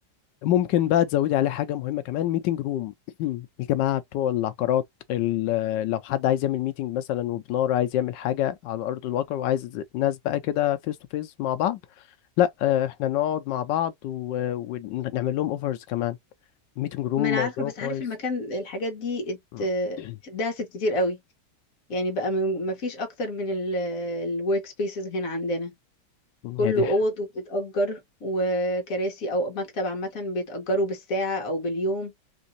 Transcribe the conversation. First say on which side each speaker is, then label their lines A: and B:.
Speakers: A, on the left (about 80°); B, on the left (about 50°).
A: ممكن بقى تزودي عليه حاجة مهمة كمان ميتنج روم <clears throat> الجماعة بتوع العقارات ال- لو حد عايز يعمل ميتنج مثلا وبنار عايز يعمل حاجة على أرض الواقع وعايز ناس بقى كده فيس تو فيس مع بعض لا آه، احنا نقعد مع بعض و- ونعمل لهم اوفرز كمان ميتنج روم
B: ما انا
A: موضوع
B: عارفة بس
A: كويس
B: عارف المكان الحاجات دي ات...
A: <clears throat>
B: اتداست كتير قوي يعني بقى ما فيش اكتر من الورك سبيسز هنا عندنا
A: هي
B: كله
A: دي
B: اوض وبتتأجر وكراسي او مكتب عامة بيتأجروا بالساعة او باليوم